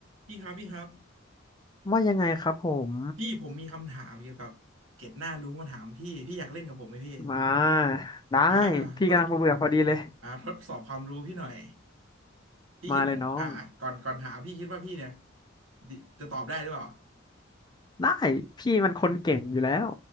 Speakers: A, on the right; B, on the left.
A: พี่ครับพี่ครับ
B: ว่ายังไงครับผม
A: พี่ผมมีคำถามเกี่ยวกับเกร็ดหน้ารู้มาถามพี่พี่อยากเล่นกับผมไหมพี่
B: มาได้
A: อ่า
B: พี่กำลังเบื่อๆพอดีเลย
A: ทดอ่าทดสอบความรู้พี่หน่อยพี่คิดว่าอ่าก่อนก่อนถามพี่คิดว่าพี่เนี่ย
B: มาเลยน้อง
A: ดิจะตอบได้หรือเปล่า
B: ได้พี่มันคนเก่งอยู่แล้ว